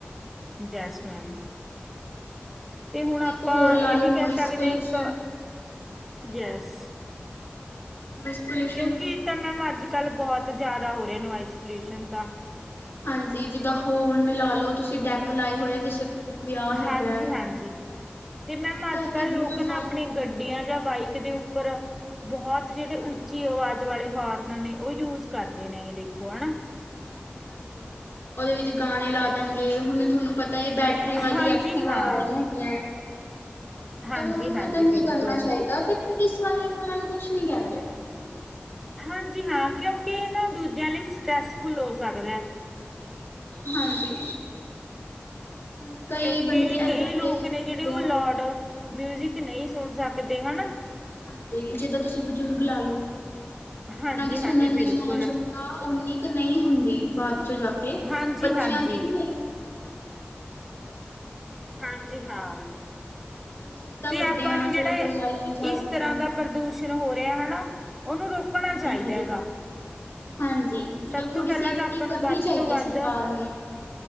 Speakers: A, in the centre; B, on the left.
A: Yes ma'am. ਤੇ
B: ਤੁਸੀਂ
A: ਹੁਣ ਆਪਾਂ
B: ਇੱਕ ਹੋਰ ਲਾ
A: ਏ
B: ਲਓ
A: ਵੀ
B: ਨੋਇਸ
A: ਕੈ ਸਕਦੇ
B: ਪੋਲਿਊਸ਼ਨ
A: ਆਂ ਇੱਕ, ਯੇਸ।
B: ਮਿਸ ਪਲੀ
A: ਕਿਉਂਕਿ ਏ ਤਾਂ ਮੈਮ ਅੱਜ-ਕਲ ਬਹੁਤ ਜ਼ਿਆਦਾ ਹੋ ਰੇ ਨੋਆਇਸ ਪੋਲਿਊਸ਼ਨ ਤਾਂ।
B: ਹਾਂਜੀ ਜਿੱਦਾਂ ਹੋਰਨ ਲਾ ਲੋ ਤੁਸੀਂ ਡੈਕ ਲਾਏ ਹੋਏ ਆ ਕਿਸੇ ਵਿਆਹ ਹੈਗਾ
A: ਹਾਂਜੀ ਹਾਂਜੀ। ਤੇ ਮੈਮ
B: ਉਹਦੇ ਕਰਕੇ
A: ਅੱਜ-ਕਲ ਲੋਕ
B: ਬਹੁਤ
A: ਨਾਂ
B: ਜ਼ਿਆਦਾ
A: ਆਪਣੇ
B: ਹੀ ਨੋਇਜ਼
A: ਗੱਡੀਆਂ
B: ਹੋ
A: ਜਾਂ ਬਾਈਕ ਦੇ ਉੱਪਰ
B: ਹਾਂਜੀ,
A: ਬੋਹਤ ਜੇੜੇ
B: ਹਾਂਜੀ,
A: ਉੱਚੀ ਆਵਾਜ਼ ਵਾਲੇ ਹੋਰਨ ਨੇ ਓ ਯੂਜ਼ ਕਰਦੇ ਨੇਗੇ ਦੇਖੋ ਹਨਾਂ।
B: ਹਾਂਜੀ ਹਾਂਜੀ, ਓਦੇ ਵਿੱਚ ਗਾਣੇ ਲਾ ਦੇਣਗੇ ਹੁਣ ਤੁਹਨੂੰ ਪਤਾ ਈ ਬੈਟ ਰੀ ਵਾਲੀ
A: ਹਾਂਜੀ
B: ਐਕਟਿਵਾ
A: ਹਾਂ
B: ਆ ਰੀਆਂ ਹੈਗੀਆਂ। ਮਤਲਬ
A: ਹਾਂਜੀ
B: ਉਹਨਾਂ ਨੂੰ
A: ਹਾਂਜੀ
B: ਏਦਾਂ ਨੀਂ
A: ਬਿਲਕੁਲ
B: ਕਰਨਾ ਚਾਈਦਾ ਤੇ ਪੁਲਿਸ ਵਾਲੇ ਵੀ ਓਨਾਂ ਨੂੰ ਕੁਛ ਨੀਂ ਕੈਂਦੇ।
A: ਹਾਂਜੀ ਹਾਂ, ਕਿਉਂਕਿ ਏ ਨਾਂ ਦੂਜਿਆਂ ਲਈ ਸਟਰੈੱਸਫੁਲ ਹੋ ਸਕਦਾ।
B: ਹਾਂਜੀ। ਹੁਣ ਕਈ
A: ਕਿਉਂਕਿ
B: ਬੰਦੇ ਏਦਾਂ
A: ਕਈ ਲੋਕ
B: ਦੇ ਵੀ ਹੁੰਦੇ
A: ਨੇ ਜੇੜੇ ਓ ਲੋਡ
B: ਆ।
A: ਮਿਊਜਿਕ ਨਈਂ ਸੁਣ ਸਕਦੇ। ਹਨਾਂ?
B: ਹਾਂਜੀ, ਜਿੱਦਾਂ ਤੁਸੀਂ ਬਜ਼ੁਰਗ ਲਾ ਲੋ,
A: ਹਾਂਜੀ-ਹਾਂਜੀ
B: ਓਨਾਂ ਦੀ ਸੁਣਨ ਦੀ
A: ਬਿਲਕੁਲ
B: ਸਾਨ ਸ਼ਕਤੀ ਤਾਂ ਓਨੀ ਕ ਨਈਂ ਹੁੰਦੀ ਬਾਅਦ ਚੋਂ ਜਾ ਕੇ।
A: ਹਾਂਜੀ-ਹਾਂਜੀ।
B: ਬੱਚਿਆਂ ਦੀ ਵੀ ਨਈਂ <inaudible>
A: ਹਾਂਜੀ, ਹਾਂ।
B: <unintelligible>
A: ਤੇ ਆਪਾਂ
B: ਹਾਂ
A: ਨੂੰ ਜੇੜਾ
B: ਚਲੋ ਕੋਈ
A: ਏ
B: ਗੱਲ ਨੀ ਚੱਲ
A: ਇਸ
B: ਜੂਗਾ
A: ਤਰ੍ਹਾਂ ਦਾ
B: ਹਾਂਜੀ,
A: ਪ੍ਰਦੂਸ਼ਣ ਹੋ ਰਿਆ, ਹਨਾਂ। ਓਨੂੰ ਰੋਕਣਾ
B: ਹਾਂਜੀ,
A: ਚਾਈਦਾ
B: ਹਾਂਜੀ।
A: ਹੈਗਾ।
B: ਹਾਂਜੀ, ਮਤਲਬ
A: ਸਭ
B: ਥੋੜ੍ਹੀ
A: ਤੋਂ ਪਹਿਲਾਂ
B: ਸੇਫਟੀ
A: ਤਾਂ ਆਪਾਂ
B: ਕਰਨੀ
A: ਨੂੰ ਵੱਧ
B: ਚਾਈਦੀਏ
A: ਤੋਂ ਵੱਧ
B: ਸਰਕਾਰ ਨੂੰ।